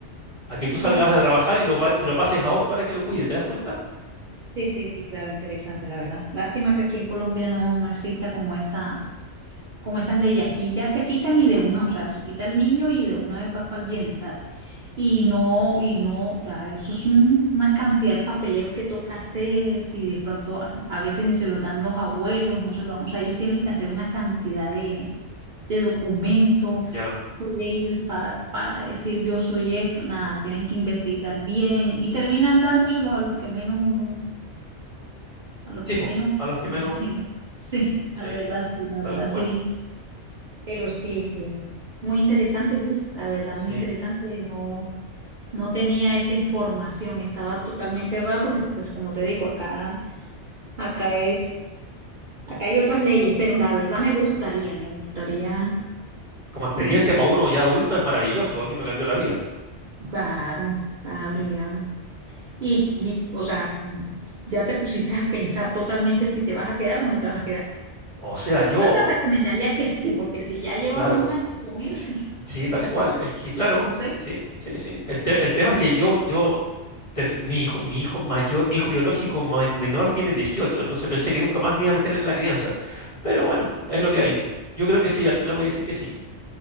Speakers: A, on the left (about 30°); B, on the right (about 55°).
A: a que tú salgas
B: Sí, claro.
A: a trabajar y lo, va- se lo pases a otro para que lo cuide, ¿te das cuenta?
B: Sí, sí, sí, claro, interesante, la verdad. Lástima que aquí en Colombia no, no exista como esa, como esas leyes. Aquí ya se quitan y de una, o sea, se quita el niño y de una vez vas para el bienestar. Y no, y no, o sea, eso es un- una cantidad de papeleos que toca hacer, si de pronto a, a veces ni se lo dan los abuelos, no se lo dan, o sea, ellos tienen que hacer una cantidad de, de documentos,
A: Ya.
B: puede ir el papá, decir yo soy esto, nada, tienen que investigar bien y terminan dándoselos a los que menos uno, a los
A: Sí,
B: que
A: po,
B: menos,
A: a los que
B: <laughs>
A: menos,
B: sí,
A: sí,
B: la verdad, sí, la verdad,
A: tal cual.
B: sí, pero sí, sí, muy interesante, Luis, la verdad,
A: Sí.
B: muy interesante, no. No tenía esa información, estaba totalmente errada porque, pues, como te digo, acá, acá es, acá hay otras leyes, pero la verdad me gustaría, me gustaría,
A: Como experiencia
B: me gustaría.
A: para uno ya adulto es maravilloso, a mí me cambió la vida.
B: Claro, claro,
A: Sí.
B: ya. Y, y, o sea, ya te pusiste a pensar totalmente si te vas a quedar o no te vas a quedar.
A: O sea, yo,
B: Yo te recomendaría que sí, porque si ya llevas
A: claro,
B: un año con él,
A: sí,
B: <laughs> o
A: tal
B: sea,
A: cual.
B: sí,
A: Es que, claro,
B: y consejo.
A: sí, sí, sí. El, te- el tema es que yo, yo, ter- mi hijo, mi hijo mayor, mi hijo biológico ma- menor tiene 18, entonces pensé que nunca más me iba a meter en la crianza. Pero bueno, es lo que hay. Yo creo que sí, al final voy a decir que sí.